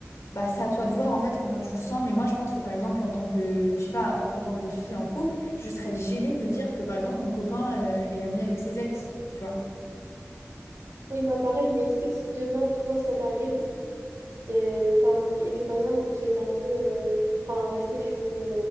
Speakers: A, on the left; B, on the right.
A: bah, c'est à toi de voir en fait comment tu le sens. Mais moi, je pense que par exemple, en tant que, je sais pas, euh, en tant que fille en couple, je serais gênée de me dire que par exemple, mon copain euh, est ami avec ses ex, tu vois.
B: Oui, moi pareil, mais est-ce que si demain, toi, ça t'arrive et, t'as envie, et que par exemple, vous êtes un peu, euh, enfin, resté sur une,